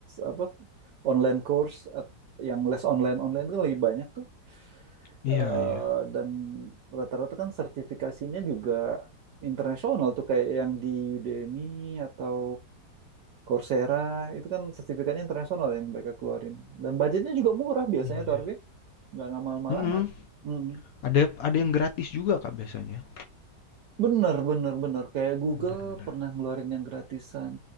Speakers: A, on the right; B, on the left.
A: apa online course at- yang les online online itu kan lebih banyak tuh.
B: Iya,
A: Eh,
B: iya.
A: dan rata-rata kan sertifikasinya juga internasional tuh kayak yang di Udemy atau Coursera itu kan sertifikatnya internasional yang mereka keluarin dan budgetnya juga murah biasanya
B: Iya.
A: tuh Arfi nggak ngamal-mal
B: mm-mm.
A: amat Mm.
B: Ada ada yang gratis juga kak biasanya.
A: bener bener bener kayak Google
B: Benar-benar.
A: pernah ngeluarin yang gratisan